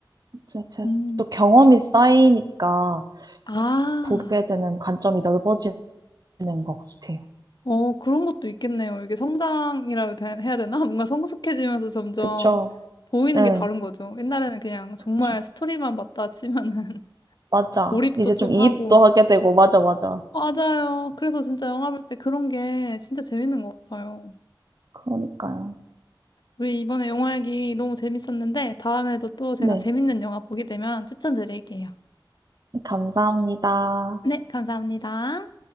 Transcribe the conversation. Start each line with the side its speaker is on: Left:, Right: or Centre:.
Right: 제, 제,
Left: 음.
Right: 또 경험이 쌓이니까
Left: 아,
Right: 보게 되는 관점이 넓어지는 것 같아요.
Left: 어, 그런 것도 있겠네요. 이게 성당이라고 돼- 해야 되나? <laughs> 뭔가 성숙해지면서 점점
Right: 그쵸?
Left: 보이는
Right: 네.
Left: 게 다른 거죠. 옛날에는 그냥 정말
Right: 그쵸.
Left: 스토리만 봤다 치면은 <laughs>
Right: 맞아.
Left: 몰입도
Right: 이제 좀
Left: 좀
Right: 이입도
Left: 하고.
Right: 하게 되고, 맞아, 맞아.
Left: 맞아요. 그래서 진짜 영화 볼 때 그런 게 진짜 재밌는 것 같아요.
Right: 그러니까요.
Left: 우리 이번에 영화 얘기 너무 재밌었는데 다음에도 또 제가
Right: 네.
Left: 재밌는 영화 보게 되면 추천드릴게요.
Right: 네, 감사합니다.
Left: 네, 감사합니다.